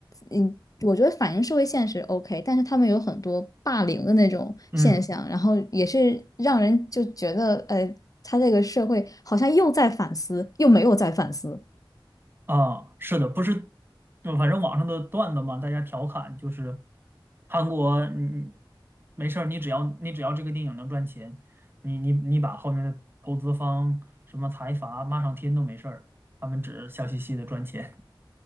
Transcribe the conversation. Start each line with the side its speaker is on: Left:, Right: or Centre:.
Left: 嗯，我觉得反映社会现实 OK，但是他们有很多霸凌的那种现象，
Right: 嗯。
Left: 然后也是让人就觉得，呃，他这个社会好像又在反思，又没有在反思。
Right: 啊，是的，不是，就反正网上的段子嘛，大家调侃就是韩国，嗯，没事儿，你只要你只要这个电影能赚钱，你你你把后面的投资方什么财阀骂上天都没事儿，他们只笑嘻嘻的赚钱，